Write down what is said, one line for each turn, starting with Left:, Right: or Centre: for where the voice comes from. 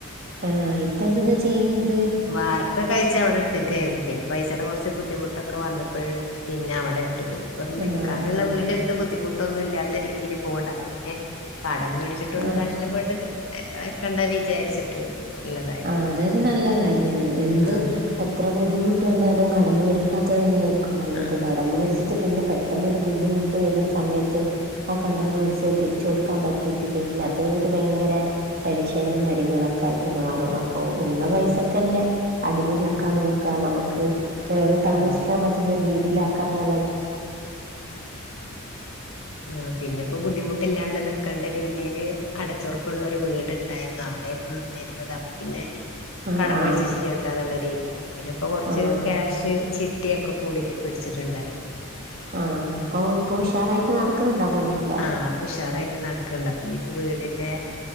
Right: ആഹ് ഇപ്പ എന്തൊന്നാ ചെയ്യുന്നത്?
Left: വാർക്ക കഴിച്ച അവിടെ ഇട്ടിക്കയായിരുന്നു പിന്നെ പൈസയുടെ കൊറച്ച് ബുദ്ധിമുട്ടൊക്കെ വന്നപ്പോഴ- പിന്നെ അവിടെ ഇട്ടു പിന്നെ- ഇപ്പൊ
Right: ആഹ്
Left: നിക്കാനുള്ള
Right: ആഹ്
Left: വീട് ഇണ്ട് ബുദ്ധിമുട്ടൊന്നും ഇല്ലാത്ത രീതിയില് പോകണ്ടായി അപ്പൊ പിന്നെ കടം മേടി - ച്ച് വച്ചിട്ടൊന്നും
Right: ആഹ്
Left: കഷ്ടപ്പെട്ട് വെക്കണ്ട വിചാരിച്ചിട്ട്- ഉള്ളതായി
Right: ആഹ് അതൊരു നല്ല കാര്യാണ് എന്ത്-
Left: ആഹ്
Right: എത്ര ബുദ്ധിമുട്ട് വന്നാലും കടം മേടിക്കാത്തത് തന്നെ ആയിരിക്കും നല്ലത്
Left: ആഹ്
Right: കാ- കടം മേടിച്ചിട്ട് പിന്നെ പെട്ടെന്നു ബുദ്ധിമുട്ട് വരുന്ന സമയത്ത് ആ കടം
Left: ആഹ്
Right: മേടിച്ച തിരി- തിരിച്ച് കൊടുക്കാൻ പറ്റിയിട്ടില്ലെങ്കിൽ അത് ഭയങ്കര ടെൻഷനും കാര്യങ്ങളൊക്കെ ആയിട്ട് മാറും
Left: ഉം
Right: അപ്പൊ ഉള്ള പൈസക്ക് തന്നെ അടി പൊളിക്കാൻ ആക്കാൻ നോക്കാം നമുക്ക്- കേറി താമസിക്കാൻ
Left: ആഹ്
Right: പറ്റുന്ന രീതിലാക്കാത്ത <unintelligible>
Left: ആഹ് പിന്നെപ്പോ ബുദ്ധിമുട്ടില്ലാണ്ട് നിക്കേണ്ട രീതിൽ അടച്ചുറുപ്പുള്ള ഒരു വീടുണ്ടായിരുന്നു അവിടെന്ന് തരുന്നത് അപ്പൊ പിന്നെ-
Right: ആഹ്
Left: കടമേടിച്ച
Right: ആഹ്
Left: ചെയ്യണ്ടന്നുള്ള രീതില് അപ്പോ പിന്നെ ഇപ്പ കൊറച്ച്
Right: ആഹ്
Left: ക്യാഷ് ചി- ട്ടിയൊക്കെ കൂടിയിട്ട് പിടിച്ചിട്ടുണ്ടായിരുന്നു
Right: ആഹ് അപ്പൊ ഇപ്പൊ ഉഷാറായിട്ട് നടക്കുന്നുണ്ടാ പണിയൊക്കെ-
Left: ആഹ് ഇപ്പൊ ഉഷാറായിട്ട് നടക്കണുണ്ട് അപ്പൊ ഇനിയിപ്പ വീടിന്റെ-